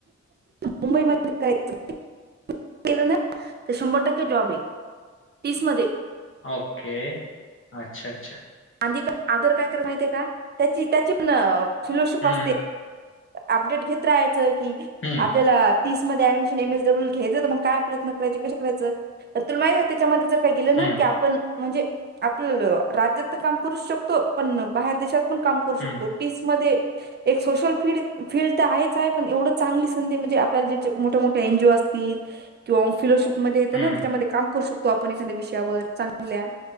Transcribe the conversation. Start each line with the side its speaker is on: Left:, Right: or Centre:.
Right: मुंबई म करायचं <unintelligible> केलं ना तर शंभर टक्के जॉब आहे तीस मध्ये
Left: ओके अच्छा अच्छा.
Right: आधी का आदर काय करा माहितीे का त्याची त्याची पण सुलशूप
Left: हम्म
Right: असते. अपडेट घेत राहायचं की
Left: हम्म
Right: आपल्याला. तीस मध्ये ऍडमिशन एम एस ड्ब्ल्यू घ्यायचय म काय प्रयत्न करायचे कसे करायचं तुला माहिते नाही का त्याच्यामध्ये जर रेग्युलर
Left: हम्म
Right: की आपण म्हणजे आपलं राज्यात तर काम करूच शकतो पण बाहेर देशात पण काम करू शकतो
Left: हम्म
Right: पीस मधे एक सोशल फीड फील्ड तर आहेच आहे पण एवढं चांगली संधी म्हणजे आपल्याला जे चे मोठे मोठे एन जी ओ असतील किंवा मग फिलोशिपमध्ये येतं
Left: हम्म
Right: ना त्याच्यामध्ये काम करू शकतो आपण एखाद्या विषयावर चांग ल्या